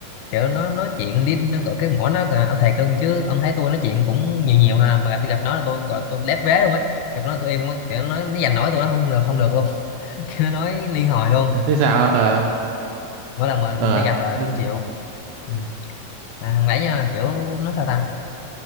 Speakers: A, on the left; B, on the right.
A: kiểu nó nói chuyện đi nó gọi cái mỏ nó là ông thầy cưng chứ ông thấy tôi nói chuyện cũng nhiều nhiều ha mà tôi gặp nó là tôi gọi tôi lép vế luôn ấy gặp nó là tôi im luôn ấy kiểu nó nói nó giành nổi tôi nó không được không được luôn <laughs> Kiểu nó nói liên hồi luôn
B: thế sao ờ
A: mỗi lần mà
B: ờ
A: đi gặp là
B: nên
A: chịu ừ. à, thằng đấy nha kiểu nó sao ta